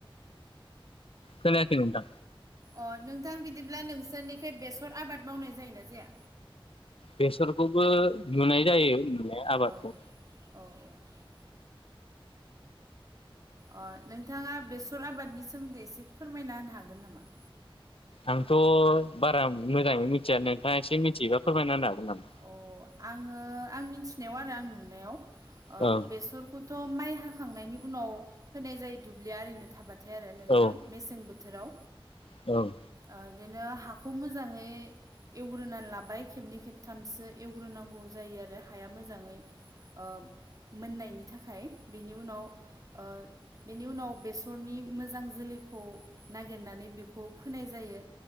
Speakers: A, on the left; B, on the right.
A: खोनायाखै नोंथां
B: अ नोंथां बिदिब्ला नोंसोरनिख बेसर आबाद मावनाय जायोना जाया?
A: बेसरखौबो नुनाय जायो नुनाया आबादखौ
B: औ औ औ अ नोंथाङा बेसर आबादनि सोमोन्दै एसे फोरमायना होनो हागोन नामा?
A: आंथ' बारा मोजाङै मिथिया नोंथाङा एसे मिथियोबा फोरमायनानै हागोन नामा?
B: अ आङो आं मिथिनायाव आरो आं नुनायाव ओ
A: औ
B: बेसरखौ खौथ' माइ हाखांनायनि उनाव फोनाय जायो दुब्लिया आरैनो थाबाथाय आरो नोंथां।
A: औ
B: मेसें बोथोराव।
A: औ
B: ओ बिदिनो हाखौ मोजाङै एवग्रोनानै लाबाय खेबनै खेब थामसो एवग्रोनांगौ जायो आरो हाया मोजाङै ओ मोननायनि थाखाय बेनि उनाव ओ बेनि उनाव बेसरनि मोजां जोलैखौ नागिरनानै बेखौ फोनाय जायो।